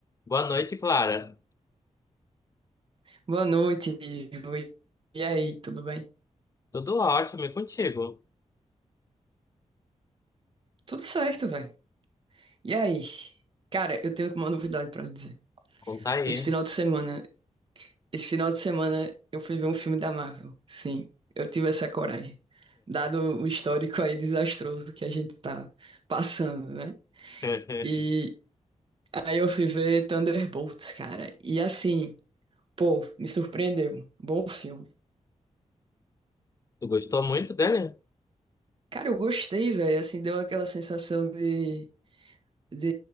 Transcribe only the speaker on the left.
Boa noite, Clara.
Tudo ótimo, e contigo?
Conta aí.
<laughs>
Tu gostou muito dele?